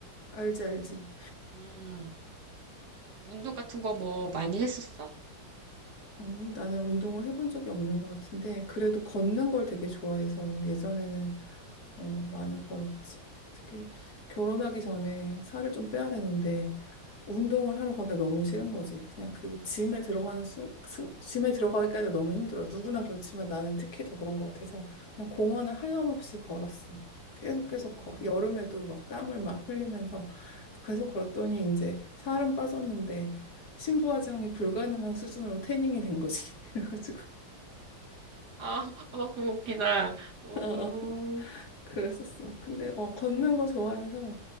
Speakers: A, on the left (about 55°); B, on the right (about 60°).
A: 알지, 알지.
B: 음, 운동 같은 거 뭐 많이 했었어?
A: 아니, 나는 운동을 해본 적이 없는 것 같은데, 그래도 걷는 걸 되게 좋아해서 예전에는 어, 많이 걸었지. 특히 결혼하기 전에 살을 좀 빼야 되는데, 운동을 하러 가기가 너무 싫은 거지. 그냥 그 짐에 들어가는 순, 순- 짐에 들어가기까지 너무 힘들어. 누구나 그렇지만 나는 특히 더 그런 것 같아서 그냥 공원을 하염없이 걸었어. 계속 계속
B: 어,
A: 거- 여름에도 막 땀을 막 흘리면서 계속 걸었더니 이제 살은 빠졌는데 신부화장이 불가능한 수준으로 태닝이 된 거지. <laughs> 그래가지고
B: 아, <laughs> 어, 그거 웃기다.
A: <laughs>
B: 어,
A: 그랬었어. 근데 어 걷는 거 좋아해서